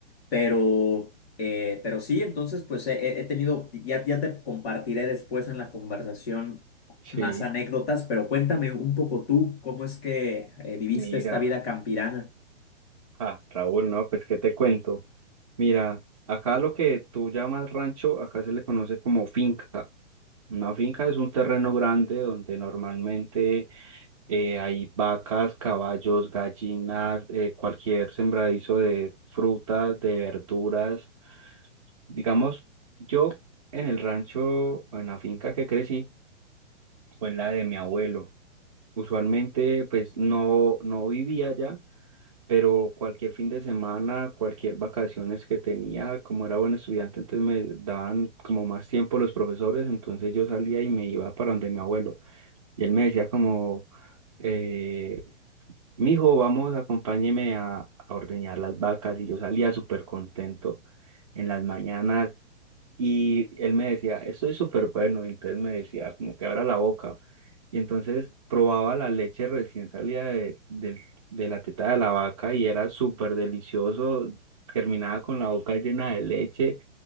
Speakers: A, on the left; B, on the right.
A: Pero, eh, pero sí, entonces, pues he, he- he tenido, ya, ya te compartiré después en la conversación
B: Sí,
A: más anécdotas, pero cuéntame un poco tú, ¿cómo es que eh, viviste
B: mira.
A: esta vida campirana?
B: Ah, Raúl, no, pues qué te cuento. Mira, acá lo que tú llamas rancho, acá se le conoce como finca. Una finca es un terreno grande donde normalmente eh, hay vacas, caballos, gallinas, eh, cualquier sembradizo de frutas, de verduras. Digamos, yo en el rancho, o en la finca que crecí, o en la de mi abuelo. Usualmente, pues no, no vivía allá, pero cualquier fin de semana, cualquier vacaciones que tenía, como era buen estudiante, entonces me daban como más tiempo los profesores, entonces yo salía y me iba para donde mi abuelo. Y él me decía como, eh, Mijo, vamos, acompáñeme a, a ordeñar las vacas. Y yo salía súper contento en las mañanas. Y él me decía, esto es súper bueno. Y entonces me decía, como que abra la boca. Y entonces probaba la leche recién salida de, del- de la teta de la vaca y era súper delicioso. Terminaba con la boca llena de leche